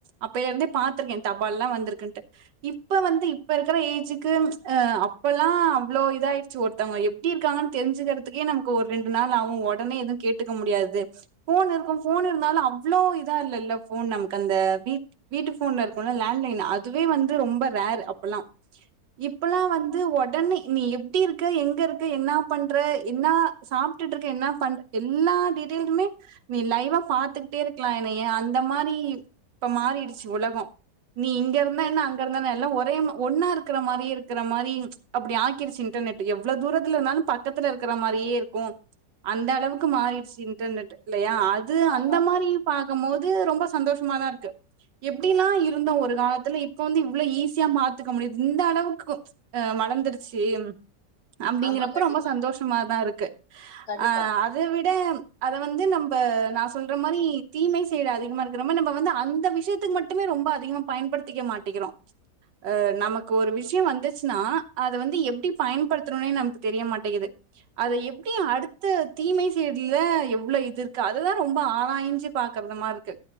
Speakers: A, on the right; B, on the left.
A: அப்பையில இருந்தே பா்த்திருக்கே தபால் எல்லாம் வந்திருக்குன்ட்டு இப்ப வந்து இப்ப இருக்கிற ஏஜுக்கு இப்பல்லாம் அவ்வளோ இதாயிருச்சு ஒருத்தவங்க எப்படி இருக்காங்கன்னு தெரிஞ்சுக்கிறதுக்கே நமக்கு ஒரு ரெண்டு நாள் அவும் உடனே எது கேட்டுக்க முடியாது போன் இருக்கும் போன் இருந்தாலு அவ்ளவு இதா இல்ல இல்ல போன் நமக்கு அந்த வீ வீட்டு போன்ல இருக்கும்ல லேண்ட்லைன் அதுவே வந்து ரொம்ப ரேர் அப்பல்லா இப்பல்லாம் வந்து உடனே நீ எப்படி இருக்கு எங்க இருக்கு என்ன பண்ற என்ன சாப்பிட்டுட்டு இருக்க என்ன பண் எல்லா டீடெய்லுமே நீ லைவா பாத்துகிட்டே இருக்கலாம் என்னையா அந்த மாரி இப்ப மாறிடுச்சு உலகம் நீ இங்க இருந்தா என்ன அங்கறந்தா என்ன எல்லாம் ஒரே ஒன்னா இருக்கற மாரி இருக்கற மாரி அப்பிடி ஆக்கிருச்சு இன்டர்நெட் எவ்ளோ தூரத்துல இருந்தாலு பக்கத்துல இருக்கற மாரியே இருக்கு அந்த அளவுக்கு மாறிர்ச்சு இன்டர்நெட் இல்லையா அது
B: ஆமா
A: அந்த
B: ஆமா.
A: மாரி பார்க்கும் போது ரொம்ப சந்தோஷ தான் இருக்கு எப்படிலாம் இருந்தோம் ஒரு காலத்துல இப்ப வந்து இவ்வளவு ஈஸியா மாத்துக்க முடியது இந்த அளவுக்கு அ வளர்ந்துருச்சு அப்டிங்கிறப்ப
B: ஆமா. கண்டிப்பா,
A: ரொம்ப சந்தோஷமாதா இருக்கு
B: கண்டிப்பா.
A: ஆ அத விட அத வந்து நம் ப்பா நா சொல்ற மாரி தீமை திர அதிகமாருக்கு <unintelligible> நம்ப வந்து அந்த விஷயத்துக்கு மட்டுமே ரொம்ப அதிகமா பயன்படுத்திக்க மாட்டிக்கிறோ அ நமக்கு ஒரு விஷயோ வந்து ச்னா அத வந்து எப்டி பயன்படுத்துணுன்னே நமக்கு தெரிய மாட்டேங்குது அத எப்டி அடுத்த தீமை சைட்ல எவ்ளோ இது இருக்கு அதுதா ரொம்ப ஆராய்ஞ்சி பாக்கறதமாருக்கு